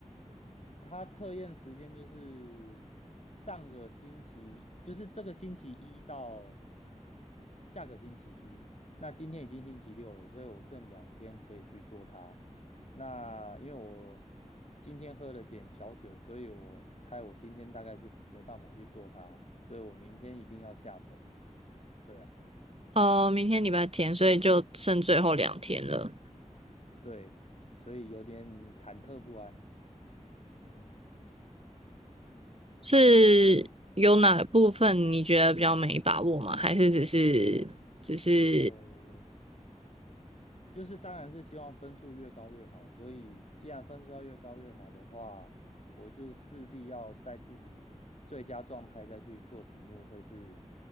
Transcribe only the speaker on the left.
他测验时间就是上个星期，就是这个星期一到下个星期一。那今天已经星期六了，所以我剩两天可以去做它。那因为我今天喝了点小酒，所以我猜我今天大概是没办法去做它，所以我明天一定要下手。对啊，
对，所以有点忐忑不安。嗯，
呃。就是当然是希望分数越高越好，所以既然分数要越高越好的话，我就势必要在自己最佳状态再去做题目，会是